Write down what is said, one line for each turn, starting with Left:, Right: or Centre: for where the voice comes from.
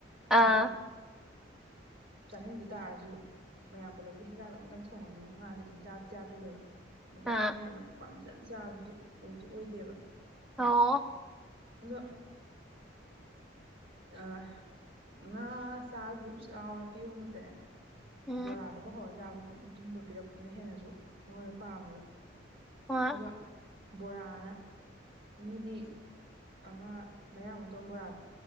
Centre: ꯑꯥ꯫
Right: ꯑꯗꯨꯅ ꯆꯥꯅꯤꯡꯗ ꯇꯥꯔꯁꯨ ꯃꯌꯥꯝ ꯄꯨꯜꯂꯞꯒꯤ ꯍꯦꯟꯖꯥꯡꯗꯣ ꯑꯃꯇꯪ ꯊꯣꯡꯉꯃꯤꯅꯤꯅ ꯉꯥꯁꯦ ꯑꯗꯨꯝ ꯆꯥꯗꯤ ꯆꯥꯗꯣꯏꯅꯦꯕ꯫ ꯑꯗꯨꯒ
Centre: ꯑꯥ
Right: ꯑꯩꯅ ꯌꯥꯝꯅ ꯄꯥꯝꯖꯩ ꯐꯖꯅ ꯆꯥꯕꯗꯨꯗꯤ ꯑꯣꯏꯗꯤ ꯑꯣꯏꯗꯦꯕ
Centre: ꯑꯣꯥꯎ
Right: ꯑꯗꯣ ꯑ ꯉꯥ ꯆꯥ ꯆꯥꯎꯅ ꯄꯤꯕ ꯃꯍꯨꯠꯇꯅꯦ
Centre: ꯎꯝ
Right: ꯕꯣꯔꯥꯒꯨꯝꯕ ꯍꯥꯕ ꯑꯗꯨꯕꯕꯤꯔꯛꯄ ꯑꯗꯨꯅ ꯍꯦꯟꯅꯁꯨ ꯑꯩꯉꯣꯟꯗ ꯄꯥꯝꯃꯦꯕ
Centre: ꯍꯣꯏ
Right: ꯑꯗꯨꯒ ꯕꯣꯔꯥꯅ ꯃꯤꯗꯤ ꯑꯃ ꯃꯌꯥꯃꯛꯇꯣꯡ ꯕꯣꯔꯥꯗꯣ